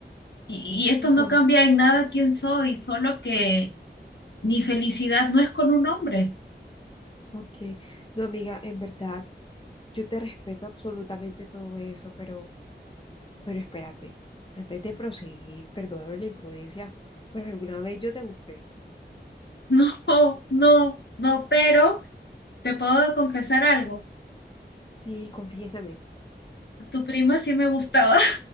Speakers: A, on the left; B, on the left.
A: y y esto
B: Ajá,
A: no cambia en nada quién soy, solo que mi felicidad no es con un hombre.
B: ok. No, amiga, en verdad, yo te respeto absolutamente todo eso, pero, pero espérate, antes de proseguir, perdóname la imprudencia, pero alguna vez yo te gusté.
A: No, <laughs> no, no, pero te puedo confesar algo.
B: Sí, confiésame.
A: Tu prima sí me gustaba,